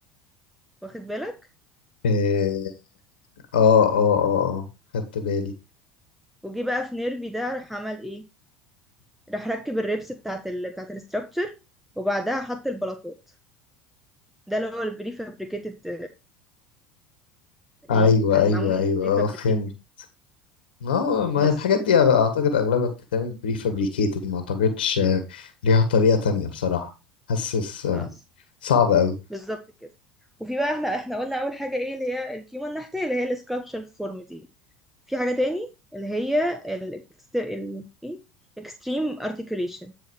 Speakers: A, in the centre; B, on the left (about 85°).
A: واخد بالك
B: إيه، اه اه اه اه خدت بالي
A: وجي بقى في نيرفي ده راح عمل ايه راح ركب الريبس بتاعت ال... بتاعت الاستراكشر وبعدها حط البلاطات ده اللي هو البري فابريكيتد يعني
B: ايوه
A: كان
B: ايوه
A: معمول من
B: ايوه
A: بري
B: اه
A: فابريكيتد
B: فهمت ما ما
A: بس
B: الحاجات دي اعتقد اغلبها بتتعمل بري فابريكيتد ما اعتقدش آه، ليها طريقة تانية بصراحة حاسس آه،
A: آه.
B: صعب أوي
A: بالظبط كده وفي بقى احنا احنا قلنا اول حاجه ايه اللي هي الكيمو النحتيه اللي هي السكالبتشر فورم دي في حاجه تاني اللي هي ال ال ايه اكستريم ارتكيوليشن